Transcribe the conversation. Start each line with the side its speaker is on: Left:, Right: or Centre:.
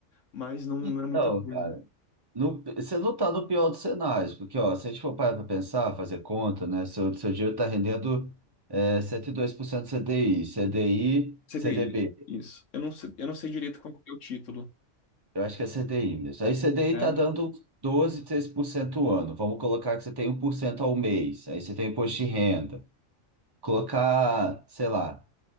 Left: mas não, não
Right: Então,
Left: é muita coisa.
Right: cara, no- você não tá no pior dos cenários, porque ó, se a gente for parar para pensar, fazer conta, né? Seu, seu dinheiro tá rendendo é, 102% CDI, CDI,
Left: CDI,
Right: CDB.
Left: isso. Eu não sei, eu não sei direito qual que é o título.
Right: Eu acho que é CDI mesmo. Aí CDI
Left: É.
Right: tá dando uns 12, 13% ao ano. Vamos colocar que você tem um por cento ao mês. Aí você tem imposto de renda. Colocar, sei lá,